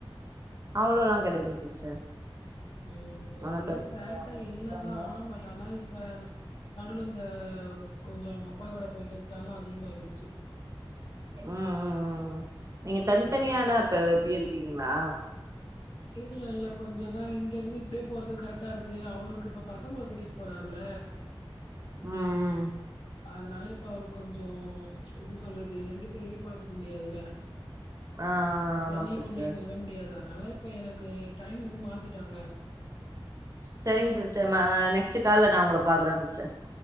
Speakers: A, on the right; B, on the left.
A: அவ்ளோல்லா கெடயாதுங்க சிஸ்டர்
B: உம்
A: ஒன்னு
B: இது
A: பிரச்சன
B: சேட்ட
A: கெடையாது அமைதிப்பாங்க
B: இல்லதா ஆ பட் ஆனா இப்ப நடுவில இந்த கொஞ்சோ அவுங்க அப்பா கூட போயிட்டு செல்லோ அதிகமாயிடுச்சு
A: உம் ம் ம் ம் நீங்க தனித்தனியாதா
B: அதனால
A: இப்ப இருக்கீங்களா
B: இல்ல இல்ல கொஞ்ச தா இங்க இருந்து இப்டியே போறது கரெக்டா இருக்கு அவருக்கு இப்ப பசங்கள கூட்டிட்டு போறாருல
A: உம்
B: அதனால இப்ப அவரு கொஞ்சோ எப்டி சொல்றது ரெண்டு பேருமே பாத்துக்க முடியாதுல
A: ஆ ஆமாங்க
B: எண்ணெயு
A: சிஸ்டர்
B: கொண்டி அங்க விட முடியாது அதனால இப்ப எனக்கு டைமிங்கும் மாத்திட்டாங்க
A: சரிங்க சிஸ்டர் ம நெக்ஸ்டு கால்ல நா உங்கள பாக்றே சிஸ்டர்